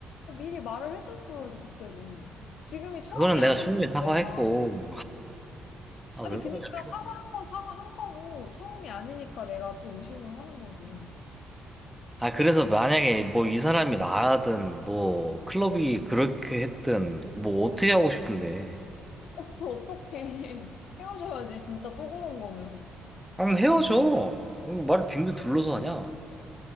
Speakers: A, on the left; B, in the centre.
A: 미리 말을 했었어야지, 그때도. 지금이 처음이
B: 그거는 내가
A: 아니니까
B: 충분히 사과했고.
A: 내가.
B: 아, 왜
A: 아니, 그니까
B: 그러냐, 피곤해.
A: 사과한 건 사과한 거고, 처음이 아니니까 내가 또 의심을 하는 거지.
B: 아, 그래서 만약에 뭐 이 사람이 나든 뭐 클럽이 그렇게 했든 뭐 어떻게 하고 싶은데.
A: 어, 그걸 어떡해. <laughs> 헤어져야지, 진짜 또 그런 거면.
B: 아니, 헤어져. 왜 말을 빙빙 둘러서 하냐?